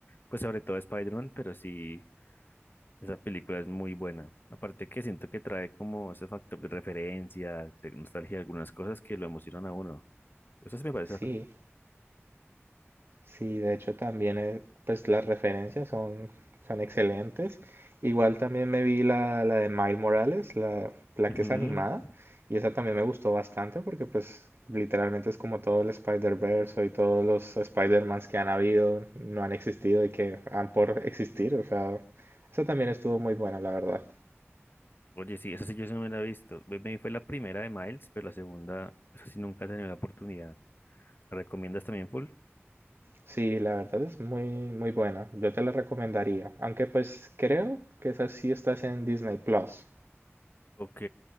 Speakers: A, on the left; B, on the right.
A: pues sobre todo Spider-Man, pero sí, esa película es muy buena. Aparte que siento que trae como ese factor de referencias, de nostalgia, algunas cosas que lo emocionan a uno. Eso sí me parece
B: Sí.
A: acá.
B: Sí, de hecho también eh, pues las referencias son, son excelentes. Igual también me vi la, la de Miles Morales, la, la
A: Ujú.
B: que es animada, y esa también me gustó bastante porque pues literalmente es como todo el Spider-Verse y todos los Spider-Mans que han habido, no han existido y que han por existir, o sea, esa también estuvo muy buena, la verdad.
A: Oye, sí, esa sí yo sí no me la he visto. Me me vi fue la primera de Miles, pero la segunda, esa sí nunca he tenido la oportunidad. ¿La recomiendas también full?
B: Sí, la verdad es muy muy buena, yo te la recomendaría, aunque pues creo que esa sí estás en Disney Plus.
A: Ok,